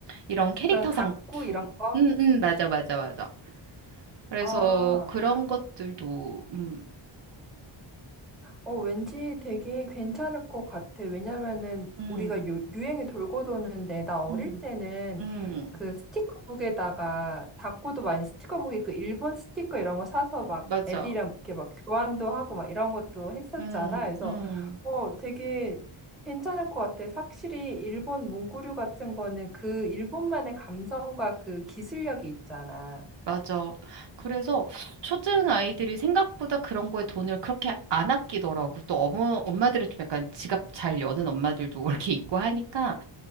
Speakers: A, on the right (about 60°); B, in the centre.
A: 이런 캐릭터
B: 그런 닭구
A: 상품,
B: 이런 거?
A: 음, 음, 맞아, 맞아, 맞아. 그래서
B: 아,
A: 그런
B: 뭐
A: 것들도, 음,
B: 어, 왠지 되게 괜찮을 것 같아. 왜냐면은
A: 음,
B: 우리가 유, 유행이 돌고 도는데 나 어릴
A: 음,
B: 때는
A: 음,
B: 그 스티커북에다가 다코도 많이 스티커북에 그 일본 스티커 이런 거 사서 막
A: 맞아,
B: 애들이랑 이렇게 막 교환도 하고 막 이런 것도 했었잖아.
A: 음,
B: 그래서
A: 음,
B: 어, 되게 괜찮을 것 같아. 확실히 일본 문구류 같은 거는 그 일본만의 감성과 그 기술력이 있잖아.
A: 맞아. 그래서 초등 아이들이 생각보다 그런 거에 돈을 그렇게 안 아끼더라고. 또 어머, 엄마들은 좀 약간 지갑 잘 여는 엄마들도 <laughs> 이렇게 있고 하니까